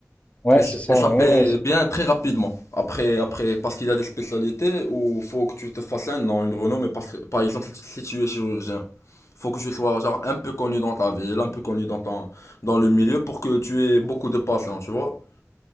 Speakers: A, on the left; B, on the left.
A: Ouais,
B: Et, c-
A: c'est ça.
B: et ça
A: ouais,
B: paie
A: ouais, c'est-
B: bien très rapidement. Après, après, parce qu'il y a des spécialités où faut que tu te fasses un nom, une renommée. Parce que, par exemple, si, tu- si tu es chirurgien, faut que tu sois genre un peu connu dans ta ville, un peu connu dans ton, dans le milieu pour que tu aies beaucoup de patients, tu vois.